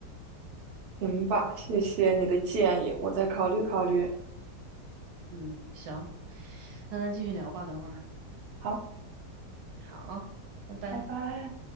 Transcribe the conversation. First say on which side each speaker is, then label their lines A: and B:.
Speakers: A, on the right; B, on the right.
A: 行吧，谢谢你的建议，我再考虑考虑。
B: 嗯，行，那咱继续聊吧，等会儿。
A: 好，
B: 好，拜拜。
A: 拜拜。